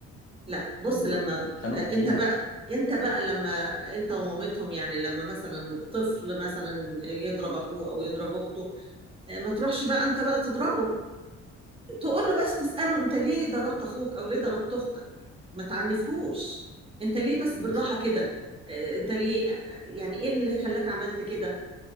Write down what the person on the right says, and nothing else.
لا بص
لما
آه،
انت بقى انت بقى لما انت ومامتهم يعني لما مثلا طفل مثلا يضرب اخوه او يضرب اخته آه، ما تروحش بقى انت بقى تضربه تقول له بس تسأله انت ليه ضربت اخوك او ليه ضربت اختك ما تعنفهوش انت ليه بس
بالراحة كده آه، انت ليه يعني ايه اللي خلاك عملت كده